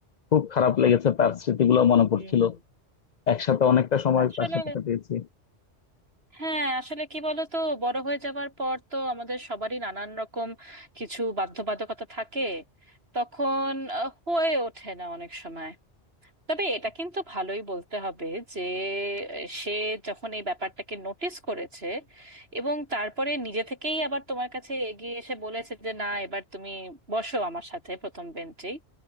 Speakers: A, on the left; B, on the right.
A: খুব খারাপ লেগেছে তার স্মৃতিগুলো মনে পড়ছিল
B: হুম
A: একসাথে অনেকটা সময়
B: আসলে
A: তার সাথে কাটিয়েছি
B: হ্যাঁ আসলে কি বলতো বড় হয়ে যাবার পর তো আমাদের সবারই নানান রকম কিছু বাধ্যবাধকতা থাকে তখন আহ, হয়ে ওঠে না অনেক সময় তবে এটা কিন্তু ভালোই বলতে হবে যে আহ, সে যখন এই ব্যাপারটাকে নোটিস করেছে এবং তারপরে নিজে থেকেই আবার তোমার কাছে এগিয়ে এসে বলেছে যে না এবার তুমি বসো আমার সাথে প্রথম বেঞ্চেই